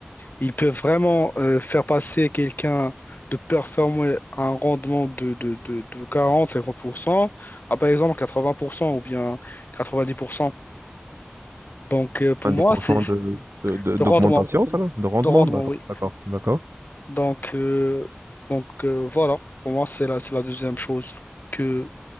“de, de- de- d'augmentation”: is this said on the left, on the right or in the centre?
Right